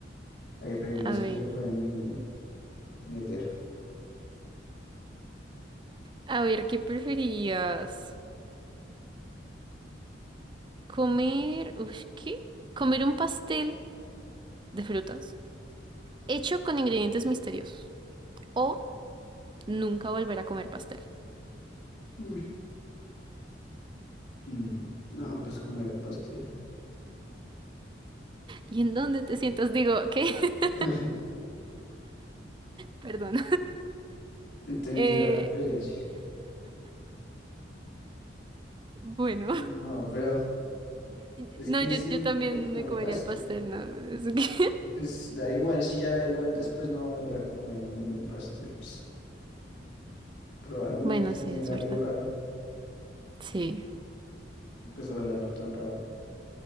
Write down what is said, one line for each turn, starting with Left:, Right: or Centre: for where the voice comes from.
Left: hay reglas
Right: A ver,
Left: que se pueden ahí meter.
Right: a ver, ¿qué preferías? Comer, uf, ¿qué? Comer un pastel de frutas hecho con ingredientes misteriosos o nunca volver a comer pastel.
Left: Uy. Mm, no, pues comer el pastel.
Right: ¿Y en dónde te sientas? Digo, ¿qué? <laughs>
Left: <laughs>
Right: Perdón.
Left: Entendí
Right: Eh,
Left: la referencia.
Right: bueno,
Left: No, pero
Right: <laughs>
Left: es
Right: no,
Left: que
Right: yo,
Left: sí,
Right: yo también
Left: me como
Right: me
Left: el
Right: comería
Left: pastel.
Right: el pastel, ¿no? <laughs> Es que-
Left: Pues da igual, si ya da igual, después no va a volver a comer ningún pastel. Pues, probar uno
Right: Bueno,
Left: ahí que
Right: sí,
Left: tenga
Right: es verdad.
Left: algo raro.
Right: Sí.
Left: Pues ojalá no tan raro,